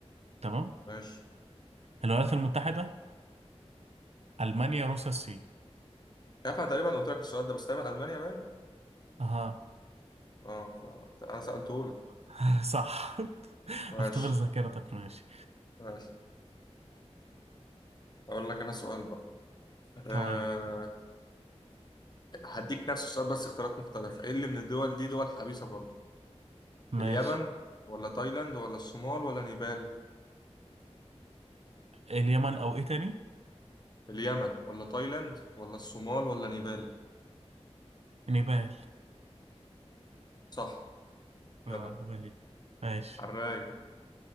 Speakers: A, on the right (about 65°); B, on the left (about 40°).
A: تمام؟
B: ماشي
A: الولايات المتحدة ألمانيا روسيا الصين
B: مش عارف انا تقريبا قلت لك السؤال ده بس تقريبا المانيا باين
A: اها
B: اه ف... انا سالته لك
A: <laughs> صح <laughs>
B: ماشي
A: اختبر ذاكرتك ماشي
B: ماشي هقول لك انا سؤال بقى أه...
A: تمام
B: هديك نفس السؤال بس اختيارات مختلفه ايه اللي من الدول دي دول حبيسه برضه
A: ماشي
B: اليمن ولا تايلاند ولا الصومال ولا نيبال
A: اليمن او ايه تاني
B: اليمن ولا تايلاند ولا الصومال ولا نيبال
A: نيبال
B: صح
A: اه
B: جدع
A: نيبال إيه؟ ماشي
B: عالراي